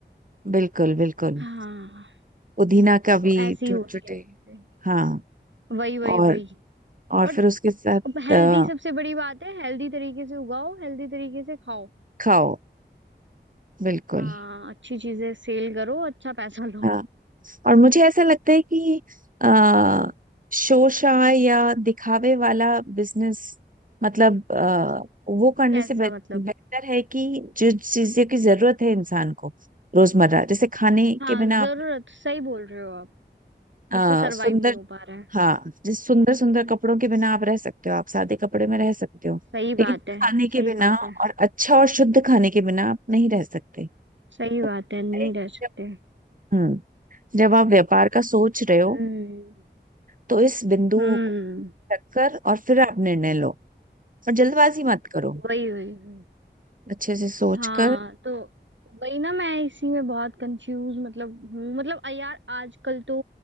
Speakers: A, on the right; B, on the right.
A: बिल्कुल बिल्कुल
B: हाँ
A: पुदीना का
B: तो
A: भी
B: ऐसी ही
A: चुटचुटे
B: होती है चीजें।
A: हाँ
B: वही वही
A: और
B: वही
A: और
B: और
A: फिर उसके साथ
B: हेल्दी
A: अ,
B: सबसे बड़ी बात है हेल्दी तरीके से उगाओ हेल्दी तरीके से खाओ
A: खाओ बिल्कुल
B: हाँ अच्छी चीजें सेल करो अच्छा पैसा लो
A: हाँ, और मुझे ऐसा लगता है कि आ, शोशा या दिखावे वाला बिजनेस मतलब आ, वो करने
B: कैसा
A: से बेह-
B: मतलब
A: बेहतर है कि जो चीजों की जरूरत है इंसान को रोजमर्रा जैसे खाने
B: हाँ
A: के बिना
B: जरूरत
A: आप
B: सही बोल रहे हो आप जिससे
A: आ,
B: सरवाइव
A: सुंदर
B: नहीं हो पा रहा है
A: हाँ जिस सुंदर सुंदर कपड़ों के बिना आप रह सकते हो आप सादे कपड़े में रह सकते हो
B: सही बात
A: लेकिन
B: है
A: खाने के
B: सही
A: बिना
B: बात है
A: और अच्छा और शुद्ध खाने के बिना आप नहीं रह सकते
B: सही
A: तो
B: बात
A: मुझे
B: है
A: लगता
B: नहीं
A: है कि
B: रह सकते
A: जब हम्म जब आप व्यापार का सोच रहे हो
B: हम्म
A: तो इस बिंदु
B: हम्म
A: को रखकर और फिर आप निर्णय लो और जल्दबाजी मत करो
B: वही वही वही
A: अच्छे से सोच
B: हाँ
A: कर
B: तो वही ना मैं इसी में बहुत कंफ्यूज मतलब हूँ मतलब अ यार आजकल तो